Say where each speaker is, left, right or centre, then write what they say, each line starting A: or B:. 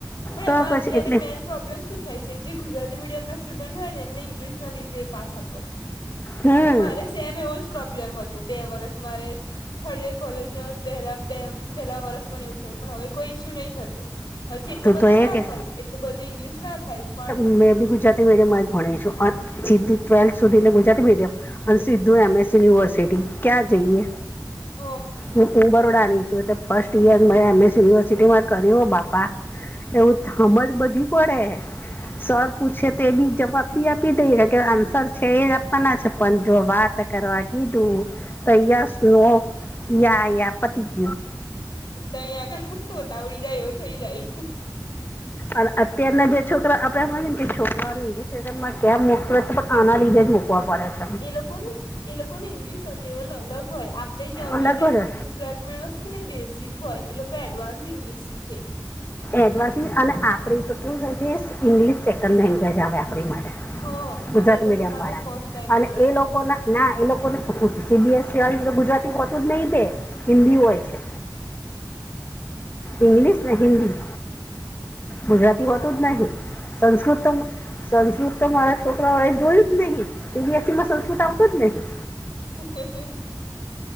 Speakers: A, on the left; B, on the left.
A: પણ
B: તો
A: એમાં
B: પછી
A: અત્યારે
B: એટલે
A: મેન, પ્રોબ્લેમ શું થાય છે જે ગુજરાતી મીડયમ ના સ્ટુડન્ટ હોય એમને ઈંકલિશ ના લીધે એ પાછા પડે.
B: હમ
A: મારે સેમ એવો જ પ્રોબ્લેમ હતુ. બે વરસ મારે. થર્ડ યર કોલેજ પહેરા બે પહેલા વરસ મને એવું થયું પણ કોઈ ઈસ્યુ નઇ થતુ. હજી એટલું
B: તું
A: બધૂ
B: તો એ
A: ના
B: કે
A: થાય એટલું બધું ઈંગ્લિસ ના થાય પણ,
B: <unintelligible> જાતી મીડિયમમાં જ ભણે છો અં જીદી ટ્વેલ્થ સુધી ગુજરાતી મીડિયમ. અને સિદ્ધુ એમએસ યુનિવર્સિટી ક્યાં જઈએ?
A: હ
B: હું હું બરોડા ની છું એટ ફસ્ટ યીયર મેં એમ એસ યુનિવર્સિટીમાં કર્યું ઓ બાપા <unintelligible> બધી પડે સર પૂછે તેબી જવાબ બી આપી દઈએ કાનકે આન્સર છે એ આપવાના છે પન જો વાત કરવા કીધું તો યસ નો યા યા પતિ ગ્યું.
A: તો તઈ આગડ તોતા વડી જાય એવું થઇ જાય.
B: અન અત્યારના જે છોકરા આપરા હોય ને કે છોકરાઓને લીધે <unintelligible> તો આના લીધે જ મોક તો પડે છ
A: એ લોકોનેશ એ લોકોને ઇંગ્લિશ અલેવલ અલક હોય આપે જે અમે
B: અલગ
A: જે
B: જ
A: ગુજરાતીમાં એમાં શીખે ને બેઝિક હોય એ લોકો એડવાન્સ ઇંગ્લિશ શીખે.
B: એડવાસી અને આપળી તો કેવું હોય છે સિગ્લિશ સેકન્ડ લેંગ્વેજ આવે આપણી માટે.
A: હ
B: ગુજરાતી
A: અને એ લોકો
B: મીડિયમ
A: માટે
B: વાળા
A: ફર્સ્ટ લેંગ્વેજ
B: અને
A: આવે
B: એ લોક કોના ના એ લોકોને સીબીએસી આવી રીતે ગુજરાતી હોતું જ નહી બે હિન્દી હોય છે. ઇંગ્લિશ ને હિન્દી ગુજરાતી
A: હ
B: હોતું દ નહી સંસ્કૃત તો સંસ્રુત તો મારા છોકરા ઓએ જોયું દ નહી સીબીએસી માં સંસ્કૃત આવતુ જ નહી.
A: <unintelligible>